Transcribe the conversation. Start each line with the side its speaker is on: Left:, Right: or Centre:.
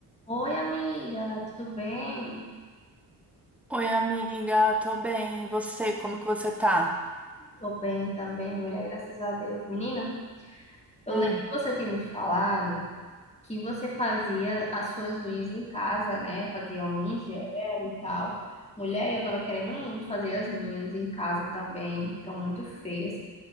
Left: Oi, amiga, tudo bem?
Centre: Oi, amiga, tô bem. E você, como que você tá?
Left: Tô bem também, mulher, graças a Deus. Menina, eu
Centre: Hum,
Left: lembro que você tinha me falado que você fazia as suas unhas em casa, né? Fazia unha em gel e tal. Mulher, eu tava querendo muito fazer as minhas em casa também, estão muito feias.